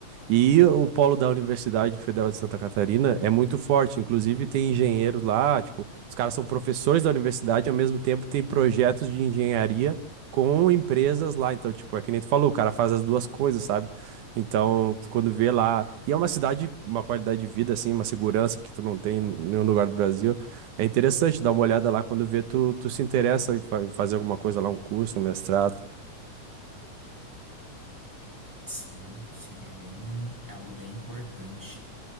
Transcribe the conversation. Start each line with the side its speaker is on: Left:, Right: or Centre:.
Right: E o polo da Universidade Federal de Santa Catarina é muito forte. Inclusive, tem engenheiros lá, tipo, os caras são professores da universidade, ao mesmo tempo tem projetos de engenharia com empresas lá. Então, tipo, é que nem tu falou, o cara faz as duas coisas, sabe? Então, tu quando vê lá. E é uma cidade, uma qualidade de vida, assim, uma segurança que tu não tem em nenhum lugar do Brasil. É interessante dar uma olhada lá quando vê, tu, tu se interessa em fa- em fazer alguma coisa lá, um curso, um mestrado.
Centre: Sim, sim, é bem, é algo bem importante.